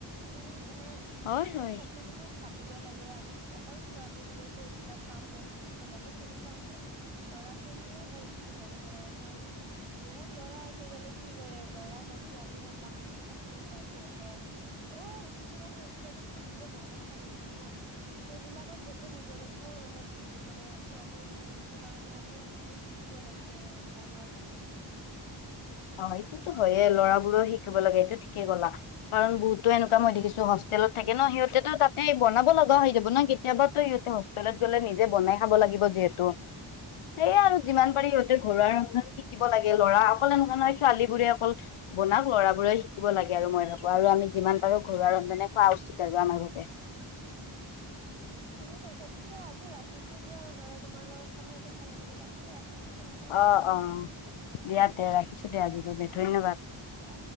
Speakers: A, on the right; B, on the left.
A: ত' মানে
B: হয়
A: আমি
B: হয়
A: সক সকলোবোৰ ভাবিব লাগে। আমি অকল ছোৱালী বোৰে যে এইবিলাক কাম কৰি থাকিব লাগে, সেনেকুৱা নহয়। ল'ৰাখিনিও বহুত খিনি জানিব লাগে। কাৰণ বহুত ল'ৰা আজিকালি কি কৰে, ল'ৰা হওক ছোৱালী হওক বাহিৰত থাকিব যায়, পঢ়ে। ত' কিছুমান হোষ্টেলতো নিজে বনাই খাব লাগে ন, সেইবিলাক কত যাতে নিজৰ একো মানে মানে প্ৰব্লেম নহয় সেইটো কাৰণে আমি নিজে শিকিব লাগে, কে বনোৱা খিনি।
B: অঁ হয়, এইটোতো হয়েই। ল'ৰাবোৰেও শিকিব লাগে। এইটো ঠিকে ক'লা, কাৰণ বহুতো এনেকুৱা মই দেখিছোঁ। হোষ্ট তেলত থাকে ন সিহঁতেতো তাতে বনাব লগা হৈ যাব ন, কেত কেতিয়াবাতো ইহঁতে হোষ্টেলত গ'লে নিজে বনাই খাব লাগিব যিহেতু। সেইয়া আৰু যিমান পাৰি সিহঁতে ঘৰুৱা ৰন্ধন শিকিব লাগে, ল'ৰা অকলে ছোৱালীবোৰে অকল বনাব, ল'ৰাবোৰে শিকিব লাগে আৰু মই ভাবো আৰু আমি যিমান পাৰো ঘৰুৱা ৰন্ধনে খোৱা উচিত আৰু আমাৰ বাবে।
A: <unintelligible> আজি ৰাখিছো দিয়া নহলে, তোমাৰ লগত কথা-পাতি ভাল লাগিলে। আজি ৰাখিছোঁ তেন্তে।
B: অ' অ' দিয়া তে, ৰাখিছো দিয়া আজিৰ বাবে ধন্যবাদ।
A: এতিয়া